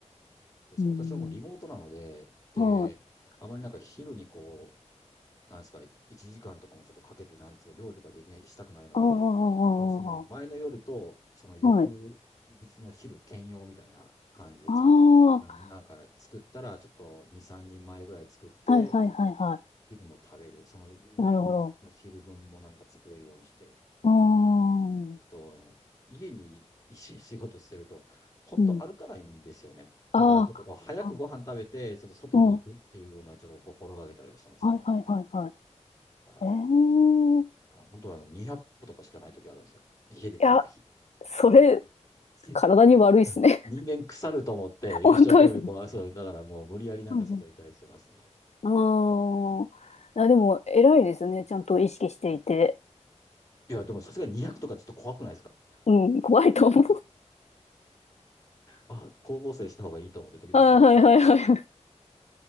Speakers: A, on the left; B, on the left.
A: です。
B: うん。
A: 私はもうリモートなので、で、
B: はい
A: あまりなんか昼にこう、なんですか、1時間とかもちょっとかけて、なんですか、料理とかできない、したくないので、
B: ああ、
A: もうその前の夜と、その翌日の昼兼用みたいな感じで作ってますね。
B: はい。ああ、
A: だなんか作ったら、ちょっと2、3人前ぐらい作って、
B: はいはいはいは
A: 昼も食べる、その翌の昼分もなんか作れるようにして
B: い。なるほど。ああ、
A: ちょっとあの家に一日仕事してると、本当歩かないんですよね。
B: うん。ああ、
A: だからちょっとこう早くご飯食べて、
B: あ
A: ちょっと外に行くっていうのはちょっと心がけたりはしてますね。
B: うん。はいはいはいはい。
A: はい。
B: ええ
A: あの本当はあの200歩とかしかない時あるんですよ。家出てない時。
B: いや、それ、
A: <laughs>
B: 体に悪いっすね。
A: 人間腐ると思って、
B: <laughs> 本当ですね。
A: 一生懸命こう、そう、だからもう無理やりなんか外にいたりしてますね。
B: はいはい。あ
A: うん
B: あ、いや、でも、偉いですね。ちゃんと意識していて。
A: いや、でもさすがに200とかちょっと怖くないですか
B: うん、怖いと思う。
A: あ、高校生した方がいいと思って時々なんかちょっと
B: <laughs> あーはいはいはいはい。